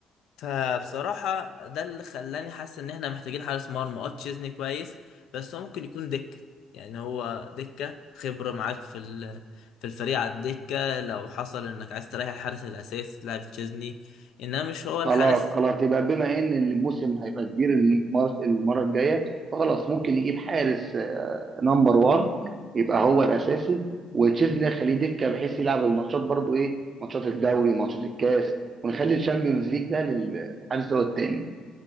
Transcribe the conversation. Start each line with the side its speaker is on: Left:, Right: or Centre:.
Left: فبصراحة ده اللي خلاني حاسس ان احنا محتاجين حارس مرمى اه تشيزني كويس بس هو ممكن يكون دكة يعني هو دكة خبرة معاك في ال- في الفريق على الدكة لو حصل انك عايز تريح الحارس الاساسي تلعب تشيزني انما مش هو الحارس
Right: خلاص خلاص يبقى بما ان الموسم هيبقى كبير المره المره الجايه فخلاص ممكن يجيب حارس آه، نمبر 1 يبقى هو الاساسي وتشيزني خليه دكه بحيث يلعب الماتشات برضو ايه ماتشات الدوري ماتشات الكاس ونخلي الشامبيونز ليج ده للحارس هو التاني